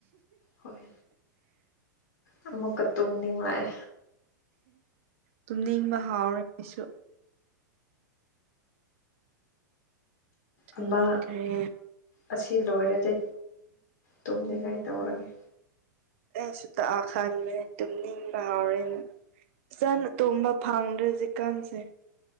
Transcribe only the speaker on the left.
ꯍꯣꯏ ꯑꯃꯨꯛꯀ ꯇꯨꯝꯅꯤꯡ ꯂꯛꯑꯦ
ꯑꯃ ꯑꯁꯤ ꯂꯣꯏꯔꯗꯤ ꯇꯨꯝꯅꯤꯡꯉꯥꯏ ꯇꯧꯔꯒꯦ